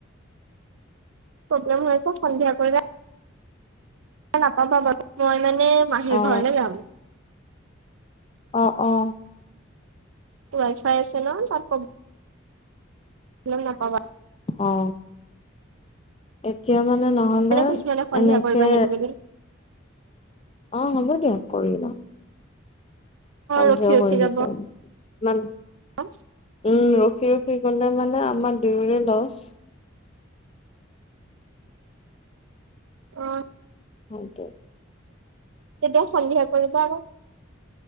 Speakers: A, on the right (about 85°); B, on the left (about 30°).
A: প্ৰব্লেম হৈ আছে সন্ধিয়া কৰিলে নাপাবা বাৰু মই মানে মাহীৰ
B: অ
A: ঘৰলে যাম।
B: অঁ অঁ।
A: ৱাই ফাই আছে ন তাত কম। নাপাবা
B: অ', এতিয়া মানে নহলে
A: এনে কৈছিলে সন্ধিয়া
B: এনেকে
A: কৰিবা নেকি বুলি অ
B: অ', হ'ব দিয়া কৰি ল'ম সন্ধিয়া
A: ৰখি ৰখি
B: কৰি দিম
A: যাব
B: উম
A: অ
B: উম ৰখি থাকি গ'লে মানে আমাৰ দুয়োৰে লছ
A: অ',
B: <unintelligible>
A: তেতিয়া সন্ধিয়া কৰিবা আৰু